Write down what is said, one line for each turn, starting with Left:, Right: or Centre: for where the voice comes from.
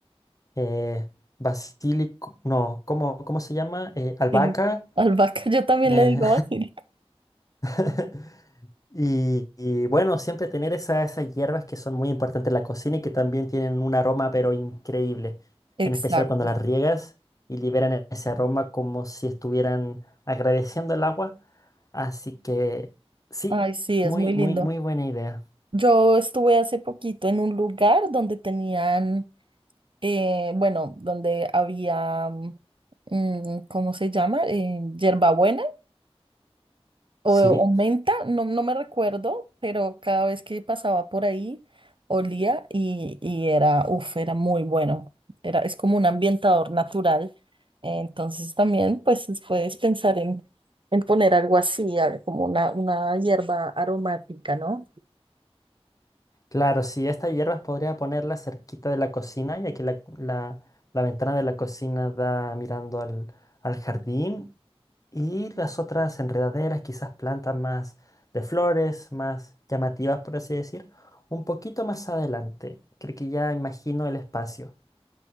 Left: eh, basílico, no, ¿cómo, cómo se llama? Eh, albahaca.
Right: Sí. Albahaca, <laughs> yo también
Left: eh,
Right: le digo basilico.
Left: <laughs> Y, y bueno, siempre tener esa- esas hierbas que son muy importantes en la cocina y que también tienen un aroma pero increíble,
Right: Exacto.
Left: en especial cuando las riegas y liberan ese aroma como si estuvieran agradeciendo el agua. Así que sí,
Right: Ay, sí,
Left: muy,
Right: es muy
Left: muy,
Right: lindo.
Left: muy buena idea.
Right: Yo estuve hace poquito en un lugar donde tenían, eh, bueno, donde había, mm, ¿cómo se llama? Eh, hierbabuena o,
Left: Sí,
Right: o menta, no, no me recuerdo, pero cada vez que pasaba por ahí olía y, y era, uff, era muy bueno. Era, es como un ambientador natural. Entonces también, pues, puedes pensar en, en poner algo así, a- como una, una hierba aromática, ¿no?
Left: claro, sí, estas hierbas podría ponerlas cerquita de la cocina, y aquí la, la- la ventana de la cocina da mirando al, al jardín Y las otras enredaderas, quizás plantas más de flores, más llamativas, por así decir, un poquito más adelante. Creo que ya imagino el espacio.